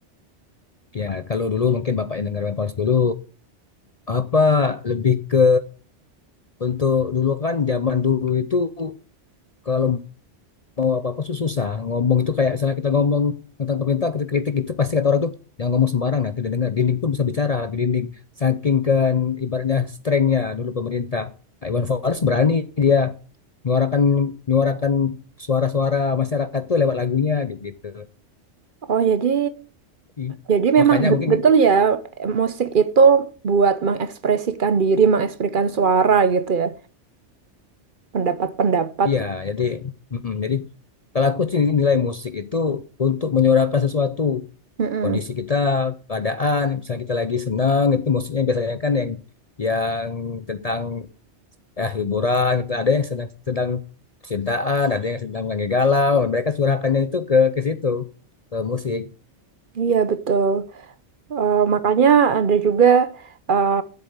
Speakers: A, on the left (about 45°); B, on the right (about 50°).
A: Ya, kalau dulu mungkin bapaknya dengar Pals dulu apa lebih ke untuk dulu kan zaman dulu itu kalau mau apa-apa tuh susah. Ngomong itu kayak misalnya kita ngomong tentang pemerintah, kritik-kritik itu pasti kata orang tuh jangan ngomong sembarang nanti tidak dengar. Dinding pun bisa bicara di dinding. Saking kan ibaratnya strengthnya dulu pemerintah. Pak Iwan Fals berani dia menyuarakan menyuarakan suara-suara masyarakat tuh lewat lagunya gitu.
B: Oh, jadi
A: I-
B: jadi memang
A: Makanya
B: bet-
A: mungkin
B: betul ya musik itu buat mengekspresikan diri, mengekspresikan suara gitu ya, pendapat-pendapat.
A: iya jadi mm-mm. jadi kalau aku sih nilai musik itu untuk menyuarakan sesuatu
B: Mm-mm.
A: kondisi kita, keadaan, misalnya kita lagi senang, itu musiknya biasanya kan yang yang tentang ya hiburan, gitu. Ada yang sedang sedang percintaan, ada yang sedang lagi galau, mereka curahkannya itu ke ke situ, ke musik.
B: Iya betul. Eh, makanya ada juga eh,